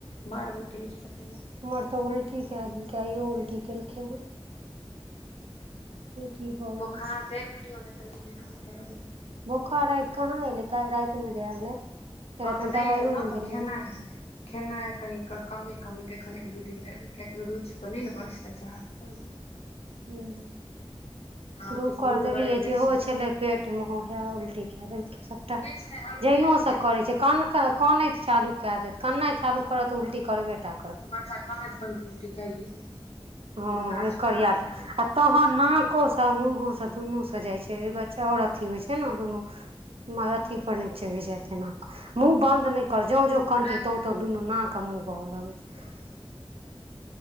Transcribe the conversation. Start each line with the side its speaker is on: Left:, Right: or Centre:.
Left: मारबो केली कते मार।
Right: हमर तऽ उल्टी क दलके एयो उल्टी केलखै हँ। की भऽ
Left: बोखार
Right: गेल छै
Left: देख लियौ नहि तऽ नीक जका बजा देबे।
Right: बोखार राति कहाँ ऐलै काल रातिमे जे अल रहै। तकरा
Left: हँ
Right: तनी
Left: तऽ नहि
Right: दबाइयो
Left: ऐल ने तऽ
Right: देलियै
Left: खेनाय
Right: नहि एलै
Left: खेनाइ कनिक कमे कमेके एखन एक दू दिन देबय कियकि रुइचपर नै ने बसय छय <unintelligible>
Right: हूं-
Left: हँ
Right: दु
Left: किछु
Right: कर
Left: नूनगरे
Right: देलियै
Left: बेसी
Right: जेहो
Left: देबै
Right: छलै पेटमे उएह उल्टी कए देलकै सभटा।
Left: किछु नहि हल्के
Right: जैनो
Left: हल्के
Right: स
Left: दियौ
Right: करय
Left: ने
Right: छै कान- कं -कन- कनैत चालू कए देत, कननाय चालू करत त उल्टी करबे टा करत
Left: तऽ बच्चा कानैत -कानैत उलटि कैए दै छै
Right: हँ
Left: बोकरा
Right: एकर
Left: छोकरा
Right: याद
Left: उठै
Right: अइ।
Left: दैय
Right: आ
Left: छै।
Right: तहन नाकोसँ मुँहोसँ दुन्नूसँ जाइ छै अइ बच्चा आओर अथी होइ छै ने दुनू मर अथी पर नै चैढ जाय तना क मुहँ बन्द न नै जों -जों कनतय
Left: नहि तऽ
Right: तों-
Left: नहि
Right: तो दुनू नाक आ मुँह बहऽ लगै छै।